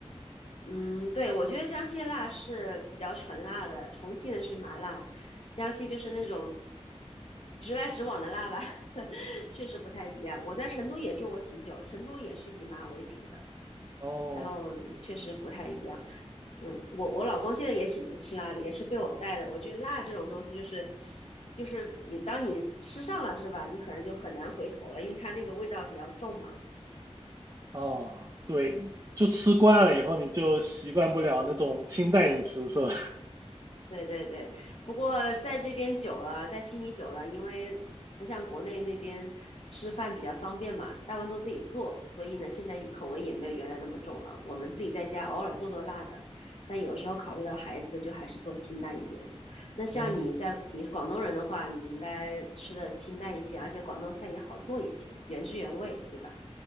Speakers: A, on the left (about 65°); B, on the right (about 35°).
A: 嗯，对，我觉得江西辣是比较纯辣的，重庆的是麻辣，江西就是那种直来直往的辣吧，<laughs> 确实不太一样。我在成都也住过挺久，成都也是以麻为主的，
B: 哦。
A: 然后确实不太一样。嗯，我我老公现在也挺能吃辣的，也是被我带的。我觉得辣这种东西就是，就是你当你吃上了是吧，你可能就很难回头了，因为它那个味道比较重嘛。
B: 哦，对，就吃惯了以后，你就习惯不了那种清淡饮食，是吧？
A: 对对对，不过在这边久了，在悉尼久了，因为不像国内那边吃饭比较方便嘛，大部分都自己做，所以呢，现在口味也没有原来那么重了。我们自己在家偶尔做做辣的，但有时候考虑到孩子，就还是做清淡一点的。那像你在你是广东人的话，
B: <laughs> 嗯，
A: 你应该吃的清淡一些，而且广东菜也好做一些，原汁原味，对吧？